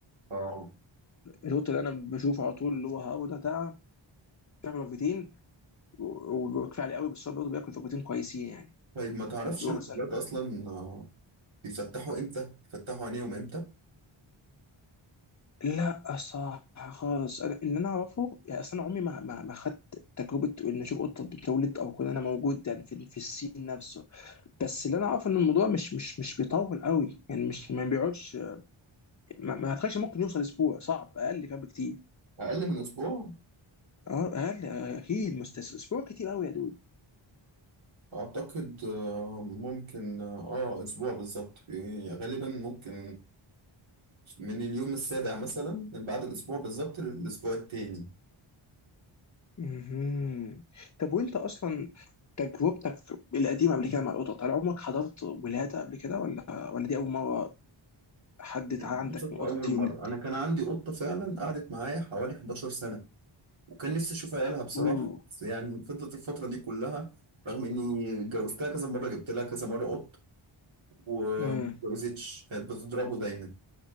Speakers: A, on the right (about 70°); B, on the left (about 35°).
A: اه
B: القط اللي انا بشوفه على طول اللي هو هابو ده بتاع بيعمل وجبتين وكفايه عليه قوي بس هو برضه بياكل وجبتين كويسين يعني
A: طيب ما تعرفش
B: هو
A: الأولاد
B: مثلا
A: أصلا آه، بيفتحوا إمتى؟ بيفتحوا عينيهم إمتى؟
B: لا صح خالص انا اللي انا اعرفه يعني اصل انا عمري ما ما ما خدت تجربه ان اشوف قطه بتولد او كون انا موجود يعني في في السين نفسه بس اللي انا اعرفه ان الموضوع مش مش مش بيطول قوي يعني مش ما بيقعدش ما, ما اعتقدش ممكن يوصل اسبوع صعب اقل كمان بكتير
A: أقل من أسبوع؟
B: اه اقل آه، اكيد مستس اسبوع كتير قوي يا دود
A: أعتقد آه، ممكن آه آه، أسبوع بالظبط يعني غالبا ممكن من اليوم السابع مثلا من بعد الأسبوع بالظبط للأسبوع التاني
B: مهم. طب وانت اصلا تجربتك القديمه قبل كده مع القطط هل عمرك حضرت ولاده قبل كده ولا ولا دي اول مره حد عندك
A: بشوف
B: من قطط
A: أول
B: يولد
A: مرة أنا كان عندي قطة فعلا قعدت معايا حوالي 11 سنة وكان نفسي أشوف عيالها بصراحة
B: اوه
A: بس يعني فضلت الفترة دي كلها رغم إني جوزتها كذا مرة جبت لها كذا مرة قط وما
B: مم.
A: اتجوزتش كانت بتضربه دايما